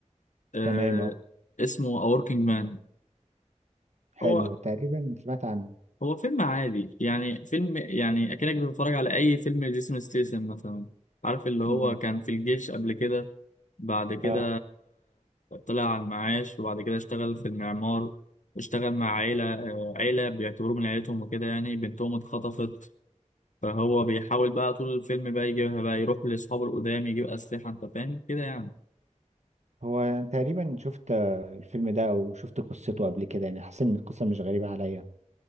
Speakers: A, on the left; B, on the right.
A: آه
B: تمام اهو
A: اسمه A Working Man
B: حلو
A: هو
B: تقريبا سمعت عنه
A: هو فيلم عادي يعني فيلم يعني اكنك بتتفرج على اي فيلم لجيسون ستيسن مثلا عارف اللي هو
B: امم
A: كان في الجيش قبل كده بعد كده
B: اه
A: طلع على المعاش وبعد كده اشتغل في المعمار اشتغل مع عيلة آه، عيلة بيعتبروه من عيلتهم وكده يعني بنتهم اتخطفت فهو بيحاول بقى طول الفيلم بقى يجيبها بقى يروح لأصحابه القدام يجيب أسلحة أنت فاهم كده يعني
B: هو تقريبا شفت آه، الفيلم ده او شفت قصته قبل كده يعني حسيت ان القصه مش غريبه عليا